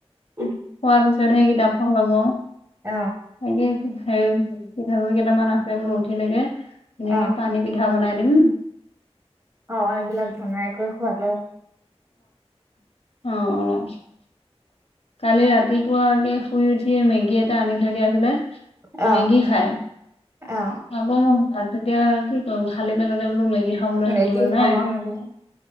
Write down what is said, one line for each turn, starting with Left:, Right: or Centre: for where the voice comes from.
Right: উম।
Left: খোৱাৰ পিছতহে কিতাপখন লব
Right: অ
Left: তাকে কি হেৰি পিঠাগুড়ি কেইটামান আছে বোলো উঠিলেকে হেনেকে
Right: অ
Left: পানী পিঠা বনাই দিম।
Right: অ' এইবিলাক বনাই কৰি খোৱালে
Left: অ' অ'। কালি ৰাতিপুৱাকে শুই উঠিয়ে, মেগী এটা আনি থৈ দিয়া আছিলে।
Right: অ
Left: মেগী খাই
Right: অ
Left: আকৌ মই ভাত তেতিয়া কি কম খালি পেটতে বোলো মেগি খাবলৈ
Right: মেগী
Left: দিবলৈ
Right: খাব
Left: নাই।
Right: নিদিয়ে